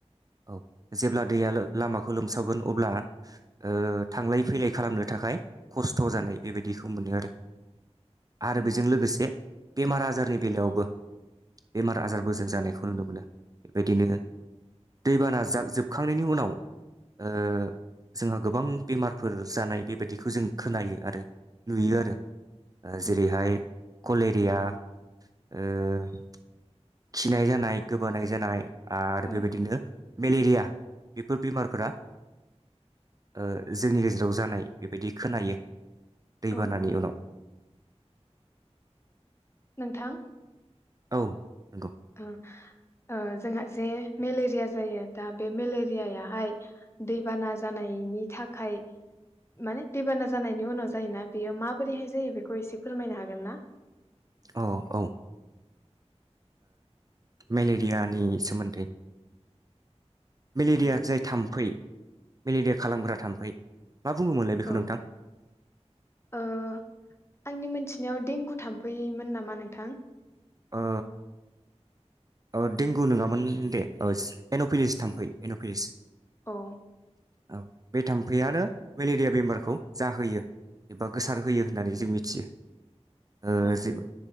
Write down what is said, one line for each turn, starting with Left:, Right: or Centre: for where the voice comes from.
Right: औ जेब्ला दैया लामाखौ लोमसावगोन अब्ला ओ थांलाय फैलाय खालामनो थाखाय खस्थ जानाय बेबायदिखौ मोनो आरो। आरो
Left: औ
Right: बेजों लोगोसे। बेमार आजारनि बेलायावबो बेमार आजारबो जों जानायखौ नुनो मोनो बेबायदिनो दैबाना जोबखांनायनि उनाव ओ जोंहा गोबां बेमारफोर जानाय बेबायदिखौ जों खोनायो आरो नुयो आरो। ओ जेरैहाय
Left: औ
Right: कले । रिया ओ। खिनाय जानाय गोबानाय जानाय। आर
Left: ओं
Right: बेबायदिनो मेलेरिया। बेफोर बेमारफोरा ओ जोंनि गेजेराव जानाय बेबायदि खोनायो दैबानानि
Left: औ
Right: उनाव
Left: नोंथां!
Right: औ। नंगौ
Left: जोंहा ओ जोंहा जे मेलेरिया जायो दा बे मेलेरियाहाय दैबाना जानायनि थाखाय माने दैबाना जानायनि उनाव जायोना बेयो माबोरैहाय जायो बेखौ एसे फोरमायनो हागोन ना।
Right: अ औ ओ मेलेरियानि सोमोन्दै मेलेरिया
Left: औ
Right: जाय थाम्फै मेलेरिया खालामग्रा थाम्फै मा बुङोमोनलाय बेखौ
Left: औ
Right: नोंथां
Left: ओ आंनि मोनथिनायाव देंगु थाम्फैमोन नामा नोंथां।
Right: ओ। औ देंगु नङामोन दे औ एनफिलिस थाम्फै एनफिलिस
Left: औ।
Right: औ बे थाम्फैयानो मेलेरिया बेमारखौ जाहोयो एबा गोसारहोयो होननानै जों मिथियो ओ
Left: औ